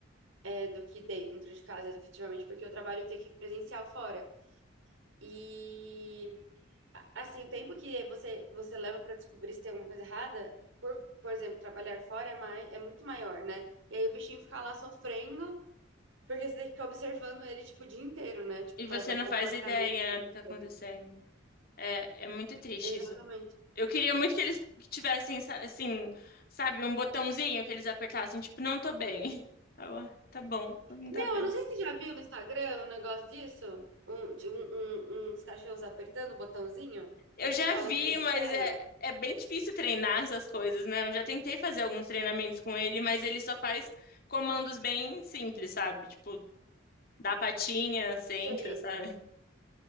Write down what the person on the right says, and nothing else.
É, do que dentro de casa, efetivamente, porque eu trabalho eu tenho que ir presencial fora. E, a- assim, o tempo que você, você leva pra descobrir se tem alguma coisa errada, por, por exemplo, trabalhar fora é, mais, é muito maior, né? E aí o bichinho fica lá sofrendo, porque você tem que ficar observando ele, tipo, o dia inteiro, né? Tipo,
pra
ver
o comportamento
dele.
Exatamente.
Meu,
eu não sei se você já viu no Instagram um negócio disso. Um, de- um- um- uns cachorros apertando o botãozinho
e, tipo,
falando
o que eles
querem.
Sei.